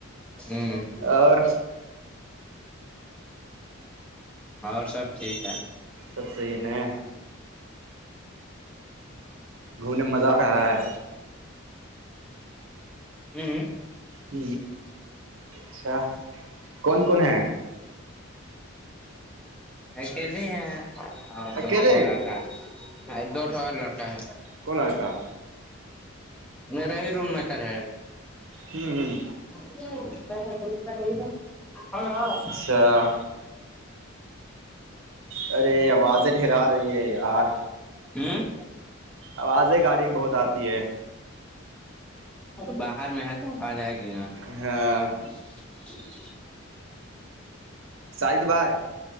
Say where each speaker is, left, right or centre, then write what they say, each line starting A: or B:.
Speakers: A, in the centre; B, on the right (about 70°).
A: ہوں
B: اور
A: اور سب ٹھیک ہے
B: سب صحیح ہے گھومنے میں مزہ آ رہا ہے
A: جی
B: ہ اچھا کون کون ہیں
A: اکیلے ہیں اور دوھو
B: اکیلے
A: لڑکا ہے دوٹھو اور لڑکا ہے
B: کون آیا تھا
A: میرا ہی روم میںتر ہے
B: ہوں
A: کیا کیا ہاں ہاں
B: اچھا ارے آوازیں ڈھرا رہی ہے یار
A: ہمم
B: آوازیں گاڑی کی بہت آتی ہے
A: باہر میں ہے تو آ جائے گی نا
B: ہاں
A: <unintelligible>
B: شاہد بھائی